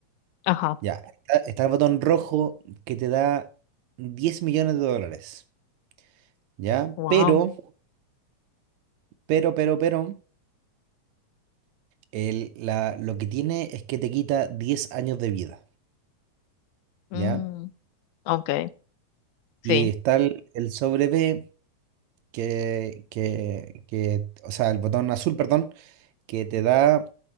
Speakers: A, on the left (about 85°); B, on the right (about 75°).
A: Ajá,
B: Ya, está, está el botón rojo que te da 10 millones de dólares, ¿ya?
A: wow.
B: Pero, pero, pero, pero, el, la, lo que tiene es que te quita 10 años de vida,
A: Mm,
B: ¿ya?
A: ok, sí,
B: Y está el, el sobre B que, que, que, o sea, el botón azul, perdón, que te da